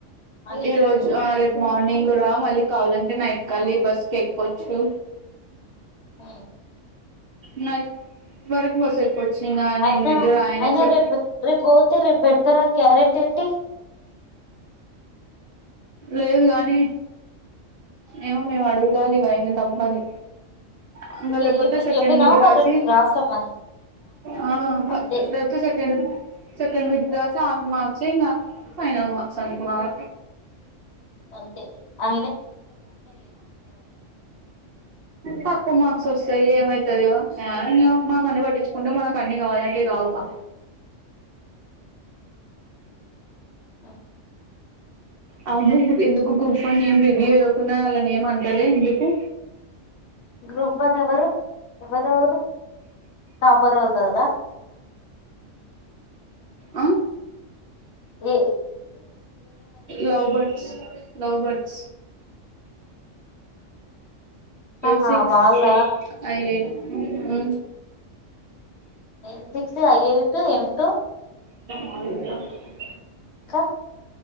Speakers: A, on the left; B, on the right.
A: అని
B: ఈ
A: చెప్పు
B: రజు రేపు మార్నింగ్ ఇరా మళ్ళీ కావాలంటే నైట్ కళ్లి బస్ క ఎక్వచ్చు చ్చు
A: ఆ
B: న బరకు వస కొచ్చింగ్ నేను
A: అయినా
B: మడ్డ రాయనే
A: అయినా
B: స
A: రేపు రేపు పోతే రేపు పెడతారని గ్యారెంటీ ఏంటి
B: లేదు కాగానీ ఏ మేం అడుగుదాాలి ఇవ ఇం తప్పదు అ మపోతే
A: ఈ- ఈమెకి
B: సెకెం
A: చెప్పినావా
B: గడ్
A: మరి
B: రాశి
A: రేపు రాస్తామని
B: ఆ
A: అంతే
B: సెక సెకండ్ వీక్ రాసి ఆ మార్క్సే ఇంకా ఫైనల్ మార్క్స్ అనుకున్నారు
A: అంతే ఆ
B: పక్క మార్క్స్ సరి ఏమవుతదో ఇ మనం అన్ని పట్టించుకుంటే మనకు అన్నీ కావాలంటే కావుగా
A: ఆ
B: అ ఎందుకు గ్రూప్ వన్ నేమ్ రివ్యూ ఇవ్వకున్నా వాళ్ళ నేమ్ అంటలే ఎందుకు
A: గ్రూప్ వన్ ఎవరు ఎవరురు టాపరోల్లదా
B: ఆ
A: ఉ
B: love birds love birds L
A: ఆహా
B: సిక్స్
A: వాళ్ళ
B: at I eight uh
A: L six I eight M two
B: అవు
A: ఇంకా